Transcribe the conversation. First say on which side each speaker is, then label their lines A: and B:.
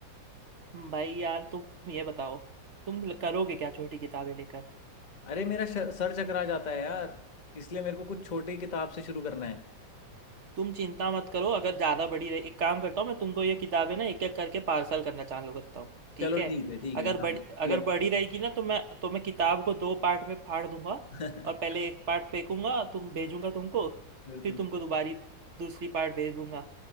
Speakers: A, on the right; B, on the left.
A: "हम्म, भाई यार तुम ये बताओ तुम करोगे क्या छोटी किताबें लेकर
B: अरे मेरा श- सर चकरा जाता है यार इसलिए मेरे को कुछ छोटी किताब से शुरू करना है
A: तुम चिंता मत करो अगर ज़्यादा बड़ी रही एक काम करता हूँ मैं तुमको ये किताबें ना एक एक करके पार्सल करना चालू करता हूँ ठीक
B: चलो
A: है
B: ठीक है ठीक
A: अगर
B: है हाँ
A: बड़ी
B: ये
A: अगर
B: अच्छा
A: बड़ी
B: है।
A: रहेगी ना तो मैं तो मैं किताब को दो पार्ट में फाड़ दूंगा
B: <laughs>
A: और पहले एक पार्ट फेंकूंगा तुम भेजूंगा तुमको
B: फिर
A: फिर
B: दूसरा।
A: तुमको दोबारी दूसरी पार्ट भेज दूंगा